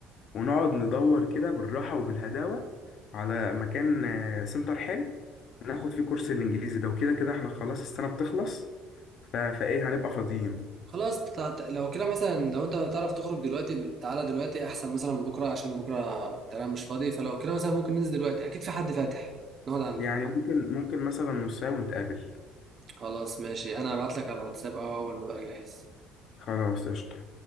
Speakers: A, on the left; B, on the right.
A: ونقعد ندور كده بالراحة وبالهداوة على مكان آه، سنتر حلو ناخد فيه كورس الإنجليزي ده وكده كده احنا خلاص السنة بتخلص ف... فإيه هنبقى فاضيين
B: خلاص تع- تع- لو كده مثلا لو انت تعرف تخرج دلوقتي تعالى دلوقتي احسن مثلا من بكره عشان بكره تمام مش فاضي فلو كده مثلا ممكن ننزل دلوقتي اكيد في حد فاتح نقعد عنده
A: يعني ممكن ممكن مثلا نص ساعة ونتقابل
B: خلاص ماشي انا هبعت لك على الواتساب اهو اول ما بقى جاهز
A: خلاص قشطة